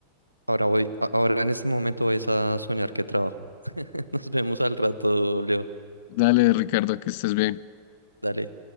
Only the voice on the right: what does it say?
Ahora voy, a- ahora en este momento voy a soñar que trabajo. <laughs> Nos vemos al rato, Leo.
Dale.